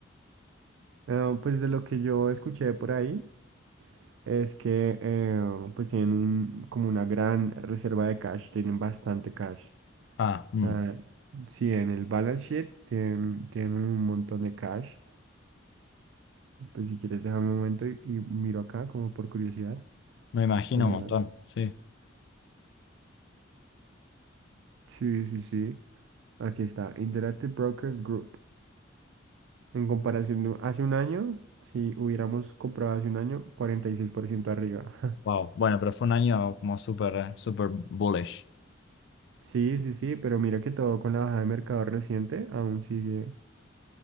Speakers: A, on the right; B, on the left.
A: Ah, pues de lo que yo escuché por ahí. Es que eh, pues tienen un, como una gran reserva de cash, tienen bastante cash.
B: Ah, mm,
A: O sea, sí, en el balance sheet tienen, tienen un montón de cash. Pues si quieres déjame un momento y, y miro acá como por curiosidad.
B: me imagino
A: Te-
B: un montón, sí.
A: Sí, sí, sí. Aquí está, Interactive Brokers Group. En comparación de hace un año, si hubiéramos comprado hace un año, 46% arriba. <laughs>
B: Wow, bueno, pero fue un año como súper, eh, súper bullish.
A: Sí, sí, sí, pero mira que todo con la bajada de mercado reciente aún sigue